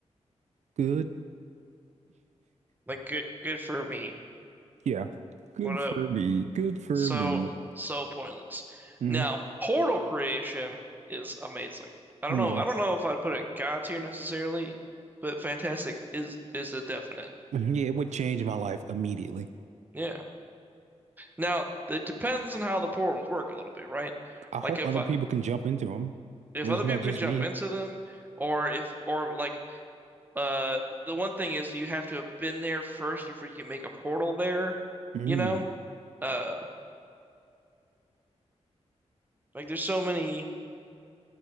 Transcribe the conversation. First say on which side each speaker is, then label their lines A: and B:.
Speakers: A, on the right (about 85°); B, on the right (about 15°).
A: Good. <laughs>
B: Like good good for me.
A: Yeah. Good
B: What a
A: for me. Good for
B: So,
A: me.
B: so pointless.
A: hmm
B: Now, portal creation is amazing. I don't
A: Yeah.
B: know. I don't know if I'd put it God tier necessarily, but fantastic is is a definite.
A: Mhm. Yeah, it would change my life immediately.
B: Yeah. Now, it depends on how the portals work a little bit, right?
A: I hope
B: Like if
A: other
B: I,
A: people can jump into them.
B: if
A: It's
B: other
A: not
B: people
A: just
B: can jump
A: me.
B: into them, or if or like uh the one thing is you have to have been there first before you can make a portal there,
A: Mm.
B: you know? Uh, like there's so many